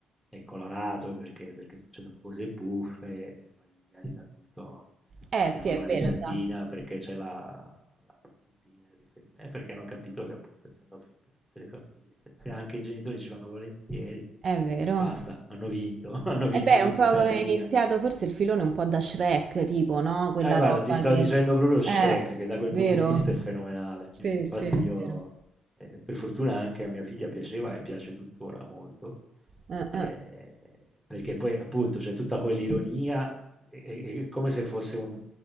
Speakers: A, in the centre; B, on the right.
A: è colorato, perché, perché succedono cose buffe, e magari l'adulto
B: Eh
A: si
B: sì,
A: fa
B: è
A: una
B: vero,
A: risatina
B: già.
A: perché c'è la, la battutina, il riferimento, e perché hanno capito che appunto, essendo film per tutte le famiglie, se, se anche i genitori ci vanno volentieri,
B: È vero.
A: basta, hanno vinto, <laughs> hanno vinto
B: E beh, è
A: su
B: un
A: tutta
B: po' come
A: la linea.
B: è iniziato forse il filone un po' da Shrek, tipo, no? Quella
A: Eh, guarda,
B: roba
A: ti stavo
B: che...
A: dicendo proprio Shrek,
B: Eh,
A: che da quel
B: vero?
A: punto di vista è fenomenale.
B: Sì,
A: Infatti
B: sì, è
A: io,
B: vero.
A: eh, per fortuna, anche a mia figlia piaceva e piace tuttora molto,
B: Eh,
A: eh,
B: eh,
A: perché poi appunto c'è tutta quell'ironia, è, è- è come se fosse un-